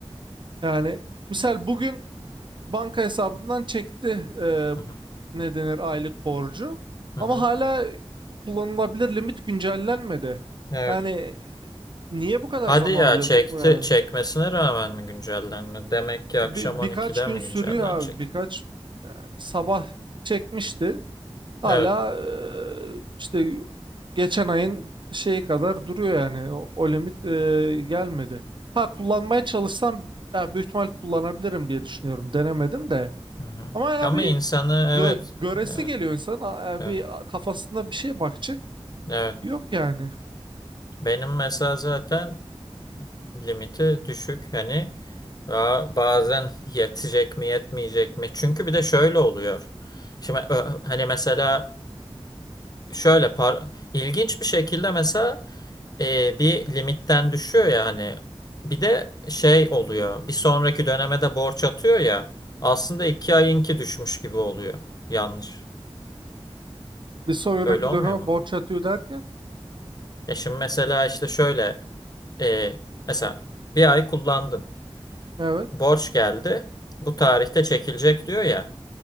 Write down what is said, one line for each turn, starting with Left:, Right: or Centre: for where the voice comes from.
Right: Yani misal bugün banka hesabından çekti e,
Left: Hı hı.
Right: ne denir aylık borcu.
Left: Hı
Right: Ama
Left: hı.
Right: hala kullanılabilir limit güncellenmedi.
Left: Evet.
Right: Yani niye bu kadar
Left: Hadi
Right: zaman
Left: ya
Right: alıyor
Left: çekti
Right: bu yani?
Left: çekmesine rağmen mi güncellenme? Demek ki akşam
Right: Bir,
Left: 12'de
Right: birkaç gün
Left: mi
Right: sürüyor
Left: güncellenecek?
Right: abi. Birkaç yani sabah çekmişti. Hala
Left: Evet.
Right: eee, işte geçen ayın şeyi kadar duruyor yani. O, o limit eee, gelmedi. Ha kullanmaya çalışsam ya, büyük ihtimal kullanabilirim diye düşünüyorum. Denemedim de.
Left: Hı hı.
Right: Ama ya
Left: Ama
Right: bir
Left: insanı
Right: gö-
Left: evet
Right: göresi
Left: evet.
Right: geliyor insan. A- a-
Left: Evet.
Right: Bir kafasında bir şey bakacak.
Left: Evet.
Right: Yok yani.
Left: Benim mesela zaten limiti düşük. Hani ba- bazen <laughs> yetecek mi yetmeyecek mi? Çünkü bir de şöyle oluyor. Şimdi ö- hani mesela şöyle par ilginç bir şekilde mesela e, bir limitten düşüyor ya hani bir de şey oluyor. Bir sonraki döneme de borç atıyor ya. Aslında iki ayınki düşmüş gibi oluyor. Yanlış.
Right: Bir sonraki
Left: Öyle olmuyor
Right: döneme
Left: mu?
Right: borç atıyor derken.
Left: Ya şimdi mesela işte şöyle e, mesela bir ay kullandın.
Right: Evet.
Left: borç geldi. Bu tarihte çekilecek diyor ya.